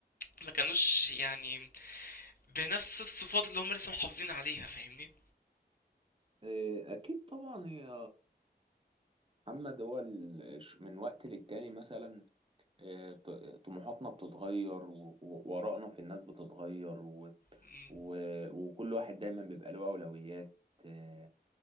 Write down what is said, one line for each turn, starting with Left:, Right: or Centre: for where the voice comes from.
Left: ما كانوش يعني بنفس الصفات اللي هم لسه محافظين عليها فاهمني
Right: إيه، اكيد طبعا يا محمد هو ال- ش- من وقت للتاني مثلا آه، ط- طموحاتنا بتتغير و- و- وآرائنا في الناس بتتغير و...
Left: مم.
Right: و... وكل واحد دايما بيبقى له أولويات آه،